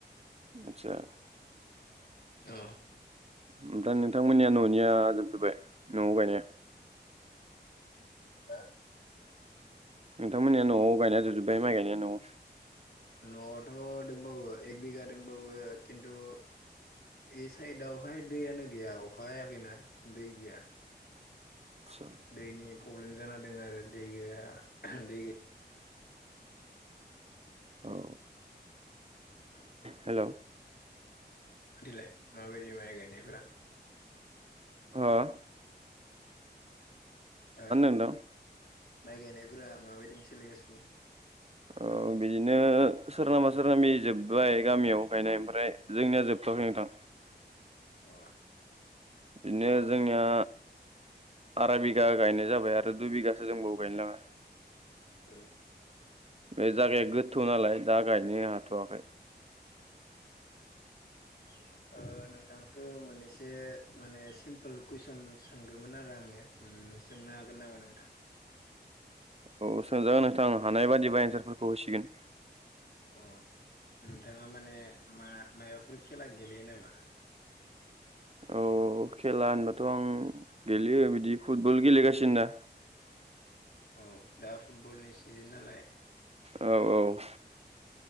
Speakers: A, on the right; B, on the left.
A: आटचा।
B: अ।
A: ओमफ्राय नोंथांमोननिया न'निया जोबजोब्बाय न'आव गायनाया?
B: हो?
A: नोंथांमोननि न'आव गायनाया जोबजोबाय माइ गायनाया न'आव?
B: न'आवथ' दंबावो एक बिगा दोंबावो खिन्थु बे साइदावहाय दैयानो गैया अखा हायाखैना दै गैया।
A: आदसा
B: दैनि प्रब्लेम जाना दोङो आरो दै गैया दै गै
A: औ। हेलौ
B: बिलाय माबायदि माइ गायनायफ्रा?
A: हा?
B: हो
A: नोंथां?
B: माइ गायनायफोरा माबायदि सोलिगासिनो?
A: औ बिदिनो सोरनाबा सोरनाबा दिनि जोबबाय गामियाव गायनाय ओमफ्राय जोंनिया जोबथ'वाखै नोंथां।
B: अ
A: बिदिनो जोंनिया आरा बिघा गायनाय जाबाय आरो दुइ बिघासो दोंबावबो गायनो लागा।
B: उम।
A: बे जागाया गोथौ नालाय दा गायनो हाथ'वाखै।
B: <inaudible> ओ नोंथांखो मोनैसो माने सिमपोल कुइसन सोंगोमोन आरो आङो। सोंनो हागोन नामा नोंथां?
A: औ सोंजागोन नोंथां हानाय बादिबा एन्सारफोरखौ होसिगोन।
B: अ नोंथाङा माने मा मायबाफोर खेला गेलेयो नामा?
A: औ खेला होनबाथ' आं गेलेयो बिदि फुटबल गेलेगासिनो दा।
B: औ दा फुटबलनि सिजोन नालाय।
A: औ औ।